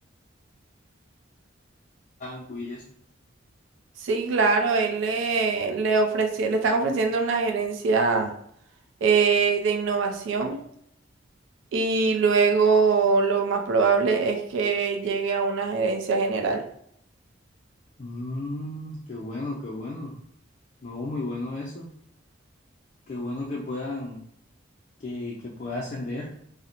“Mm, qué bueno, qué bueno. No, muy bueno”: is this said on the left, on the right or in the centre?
Left